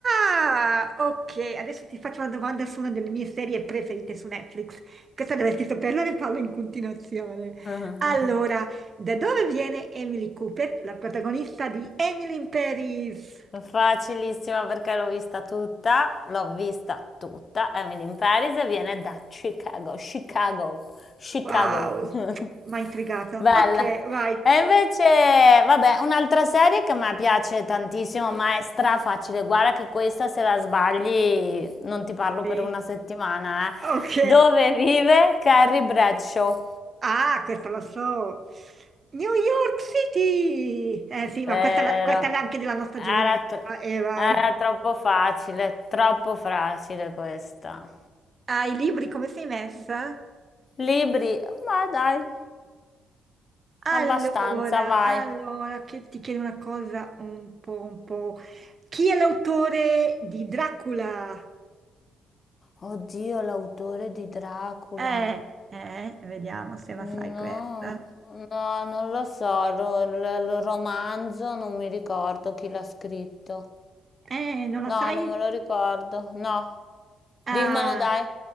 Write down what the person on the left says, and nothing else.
<laughs>
Facilissima perché l'ho vista tutta, l'ho vista tutta. Emily in Paris e viene da Chicago, Chicago, Chicago.
<laughs>
Bella.
E invece, vabbè, un'altra serie che a me piace tantissimo, ma è strafacile. Guarda che questa, se la sbagli, non ti parlo
per una settimana, eh.
Dove vive Carrie Bradshaw?
Vero.
Era,
tro-
era troppo facile, troppo facile questa.
Libri, ma dai,
abbastanza, vai.
Oddio, l'autore di Dracula.
No,
no, non lo so, ro- il, il romanzo non mi ricordo chi l'ha scritto.
No,
non me lo ricordo. No,
dimmelo dai.